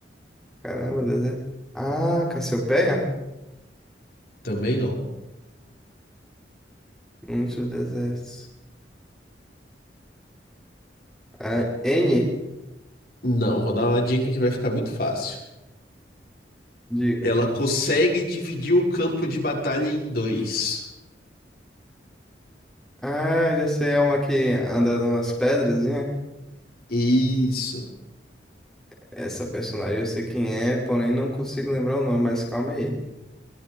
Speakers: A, in the centre; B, on the left.
A: Caramba, deserto. Ah, Cassiopeia?
B: Também não.
A: Muito deserto. A N,
B: Não, vou dar uma dica que vai ficar muito fácil.
A: diga.
B: Ela consegue dividir o campo de batalha em dois.
A: Ah, já sei, é uma que anda nas pedras, né?
B: Isso.
A: Essa personagem eu sei quem é, porém não consigo lembrar o nome, mas calma aí.